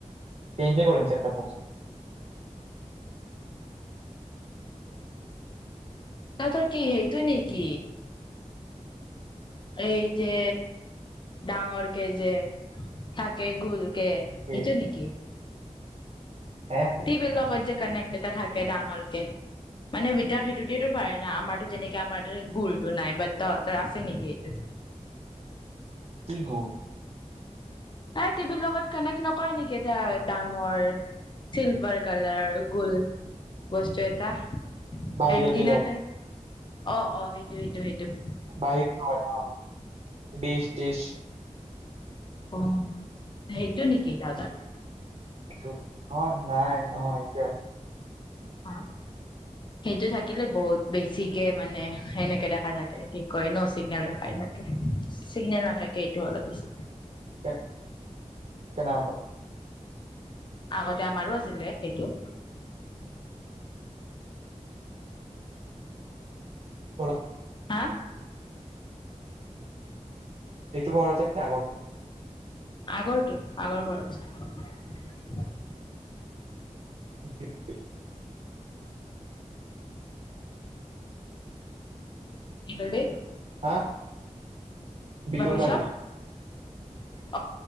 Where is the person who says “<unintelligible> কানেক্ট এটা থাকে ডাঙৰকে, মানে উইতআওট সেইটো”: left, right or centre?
Left